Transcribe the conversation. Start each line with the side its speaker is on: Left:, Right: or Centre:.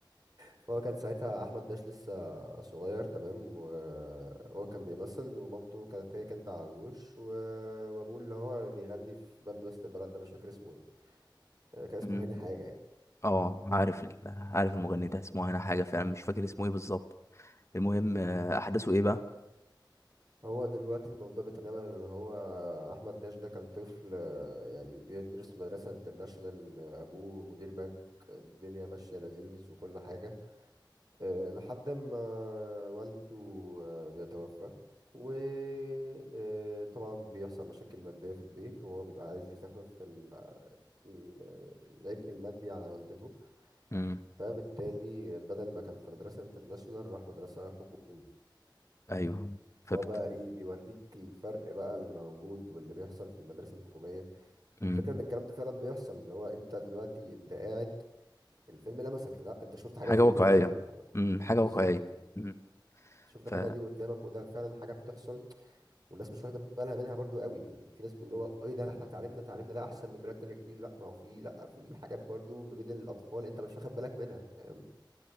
Right: فهو كان ساعتها احمد داش لسه صغير تمام وهو كان بيمثل ومامته كانت هي كانت علوش و... وابوه اللي هو بيغني في باند وسط البلد ده مش فاكر اسمه ايه كان اسمه
Left: أمم،
Right: هاني حاجة يعني
Left: اه عارف ال- عارف المغني ده اسمه انا حاجه فعلا مش فاكر اسمه ايه بالظبط المهم آه، احداثه ايه بقى
Right: هو دلوقتي الموضوع بيتنمى ان هو احمد داش ده كان طفل آه، يعني بيدرس في مدرسة انترناشونال آه، ابوه مدير بنك الدنيا ماشية لذيذ وكل حاجة آه، لحد ما والده آه، بيتوفى وطبعا بيحصل مشاكل مادية في البيت وهو بيبقى عايز يخفف ال- ال- العبء المادي على والدته
Left: امم
Right: فبالتالي بدل ما كان في مدرسة انترناشونال راح مدرسة حكومي
Left: ايوه فبت...
Right: فهو بقى ايه بيوريك الفرق بقى اللي موجود واللي بيحصل في المدرسة الحكومية
Left: امم
Right: والفكرة ان الكلام ده فعلا بيحصل اللي هو انت دلوقتي انت قاعد الفيلم لمسك لا انت شفت حاجات
Left: حاجه
Right: زي
Left: واقعيه
Right: دي فعلا
Left: امم حاجه
Right: بالظبط
Left: واقعيه امم
Right: شفت
Left: ف
Right: الحاجه دي قدامك وده فعلا حاجه بتحصل والناس مش واخده بالها منها برضو قوي يعني في ناس بتقول اللي هو ايه ده احنا تعليمنا تعليمنا ده احسن من بلاد تانية كتير لا ما هو في لا في حاجات برضو ما بين الاطفال انت مش واخد بالك منها فاهم